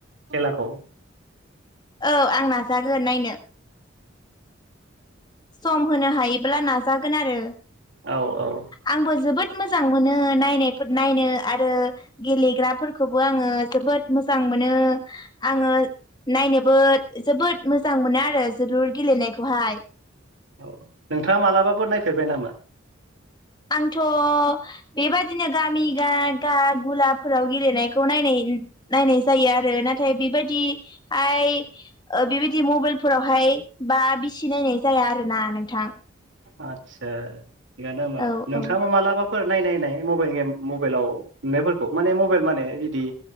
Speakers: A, on the right; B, on the left.
A: खेलाखौ
B: औ आं नाजागोन नायनो। सम होनो हायोब्ला नाजागोन आरो
A: औ औ
B: आंबो जोबोद मोजां मोनो नायनाय फोर नायनो आरो गेलेग्राफोरखौबो आङो जोबोद मोजां मोनो आङो नायनोबो जोबोद मोजां मोनो आरो जोलुर गेलेनायखौहाय।
A: औ नोंथाङा मालाबाबो नायफेरबाय नामा?
B: आंथ' बेबायदिनो गामि गा गा गुलाफोराव गेलेनायखौ नायनाय <unintelligible> नायनाय जायो आरो नाथाय बेबायदि आय ओ बेबायदि मबाइलफोराव हाय हाय बा बिसि नायनाय जाया आरो ना नोंथां।
A: आदसा थिगानो होमबा
B: औ
A: नोंथाङाबा
B: औ
A: मालाबा फोर नायनायनाय मबाइल गेम मबाइलाव नुनायफोरखौ माने मबाइल माने बिदि